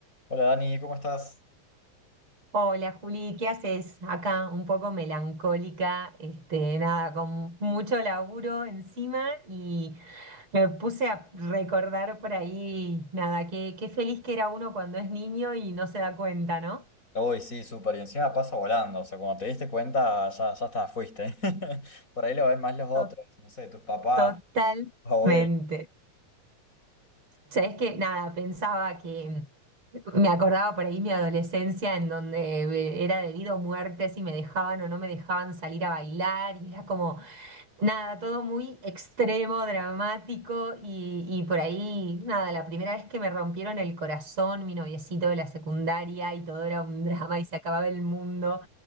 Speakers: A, on the left; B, on the right.
A: Hola Dani, ¿cómo estás?
B: Hola Juli, ¿qué haces? Acá un poco melancólica, este, nada, con mucho laburo encima y me puse a recordar por ahí, nada, qué, qué feliz que era uno cuando es niño y no se da cuenta, ¿no?
A: Uy, sí, súper. Y encima pasa volando. O sea, cuando te diste cuenta, ya, ya está, fuiste. <laughs> Por ahí lo ven más los otros.
B: To-
A: No sé, tus papás,
B: Totalmente.
A: tus abuelos.
B: Sabes que nada, pensaba que mm, me acordaba por ahí mi adolescencia en donde eh, era debido a muerte si me dejaban o no me dejaban salir a bailar y era como nada, todo muy extremo, dramático y, y por ahí nada, la primera vez que me rompieron el corazón, mi noviecito de la secundaria y todo era un drama y se acababa el mundo.